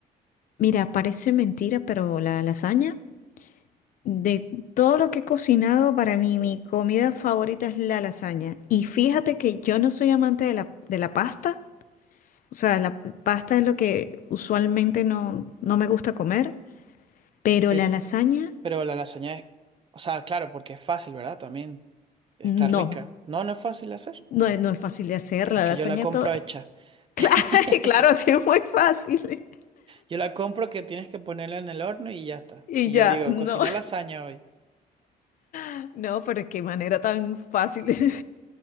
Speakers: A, on the left (about 60°); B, on the right (about 35°).
A: mira, parece mentira, pero la lasaña, de todo lo que he cocinado, para mí mi comida favorita es la lasaña. Y fíjate que yo no soy amante de la, de la pasta, O sea, la pasta es lo que usualmente no, no me gusta comer, pero
B: Eh,
A: la lasaña
B: pero la lasaña es, o sea, claro, porque es fácil, ¿verdad? También está
A: no.
B: rica. No, no es fácil de hacer.
A: No es, no es fácil de hacer, la
B: Es que
A: lasaña
B: yo la compro
A: todo.
B: hecha.
A: <laughs> Claro,
B: <laughs>
A: claro, sí es muy fácil.
B: Yo la compro que tienes que ponerla en el horno y ya está.
A: Y
B: Y
A: ya,
B: yo digo,
A: no.
B: cociné lasaña hoy.
A: <laughs> No, pero qué manera tan fácil. <laughs>